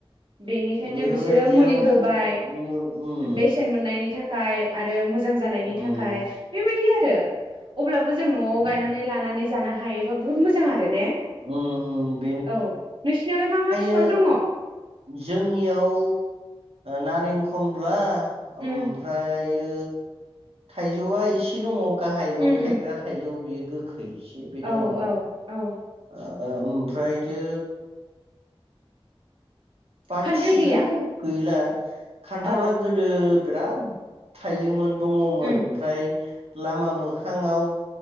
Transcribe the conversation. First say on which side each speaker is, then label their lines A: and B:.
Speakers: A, on the right; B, on the right.
A: बेनिखायनो
B: बेफोरबायदियाव
A: बिसोरो मुलि होबाय
B: मुल उम
A: बेसेन मोननायनि थाख खाय आरो मोजां, जानायनि
B: उम
A: थाखाय बेबायदि दि आरो अब्लाबो जों न'आव
B: उम
A: गायनानै लानानै जानो हा हायोबा बुहुद मोजां आ ने
B: उम
A: औ नोंसिनावलाय मा मा बिफां
B: ओ
A: दङ
B: जोंनियाव नारें खमब्ला ओमफ्राय
A: उम
B: ओ थाइजौआ एसे दङ । गाहायाव
A: उम
B: थायग्रा
A: उम
B: थाइजौ बेयो । गोखै बो एसे बे
A: औ
B: दङ।
A: औ औ
B: ओमफ्रायथो बाखिथ
A: खान्थाल गैया
B: गैला खान्थाला
A: औ
B: गोदो बिराद थायोमोन दङमोन
A: उम
B: ओमफ्राय लामा मोखाङाव